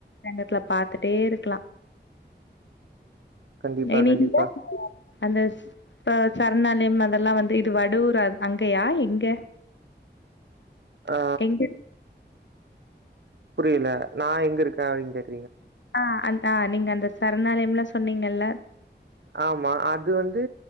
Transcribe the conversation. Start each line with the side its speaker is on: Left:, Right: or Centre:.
Left: அன்நேர்த்ல பாத்துட்டே இருக்லா
Right: கண்டிப்பா,
Left: நே நீ
Right: கண்டிப்பா.
Left: <unintelligible> அந்த ச சருணாலயம் அதெல்லா வந்து இது வடுவூரார் அங்கயா எங்க
Right: ஆ
Left: எங்க
Right: புரியல நா எங்க இருக்க அப்டின் கேக்
Left: ஆ அந் ஆ நீங்க அந்த சர்ணாலயம்லா சொன்னீங்கள்ல
Right: ஆமா அது வந்து